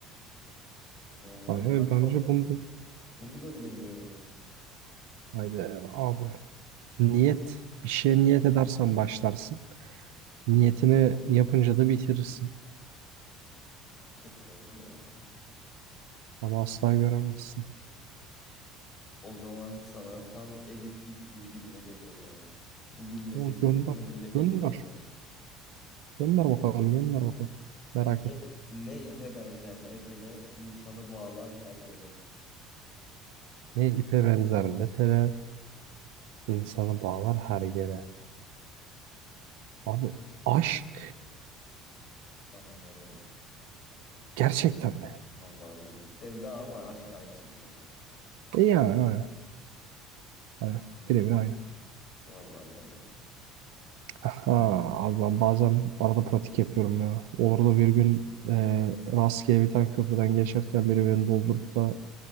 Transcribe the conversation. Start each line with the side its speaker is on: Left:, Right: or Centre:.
Left: Vallahi
Right: Aynen
Left: galiba
Right: bence bunu
Left: bunu da bilemiyorum.
Right: Haydi abi. Niyet. Bir şeye niyet edersen başlarsın. Niyetini yapınca da bitirirsin.
Left: Çok doğru ya.
Right: Ama asla göremezsin.
Left: O zaman sana tam editlik bir bilmece soruyorum. Bu bilmecenin
Right: O gönder.
Left: üzerine böyle
Right: Gönder.
Left: edit yapılır.
Right: Gönder bakalım. Gönder bakalım. Merak
Left: Ne,
Right: ettim.
Left: ne ipe benzer ne tele, insanı bağlar hergele.
Right: Ne ipe benzer ne tele. insanı bağlar her yere. Abi aşk
Left: Aynen öyle.
Right: gerçekten mi?
Left: Vallahi bildin. Sevda ama aşk aynı şey zaten.
Right: E yani aynen. Aynen. Birebir aynı.
Left: Vallahi helal olsun.
Right: Aha, abi ben bazen arada pratik yapıyorum ya. Olur da bir gün e, rastgele bir tane köprüden geçerken biri beni doldurup da